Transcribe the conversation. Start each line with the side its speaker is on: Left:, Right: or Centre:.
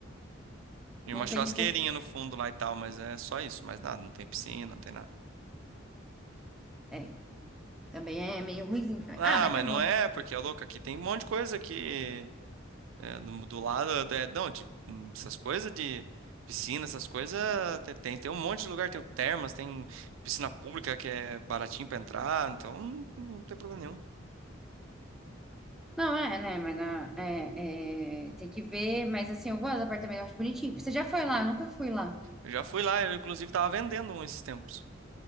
Right: E
Centre: Não
Right: uma churrasqueirinha
Centre: tem, tipo...
Right: no fundo lá e tal, mas é só isso, mais nada. Não tem piscina, não tem nada.
Centre: É, também é meio ruimzinho também.
Right: Ah,
Centre: Ah, mas
Right: mas
Centre: tá bom.
Right: não é, porque é louco. Aqui tem um monte de coisa que. é, do, do lado. é, não, de. hum, Essas coisas de piscina, essas coisas. te- Tem, tem um monte de lugar. Tem o termas, tem piscina pública que é baratinho pra entrar. Então não, não tem problema nenhum.
Centre: Não, é, né? Mas na, é, é, tem que ver. Mas assim, eu gosto do apartamento, eu acho bonitinho. Você já foi lá? Eu nunca fui lá.
Right: Eu já fui lá, eu inclusive tava vendendo um esses tempos.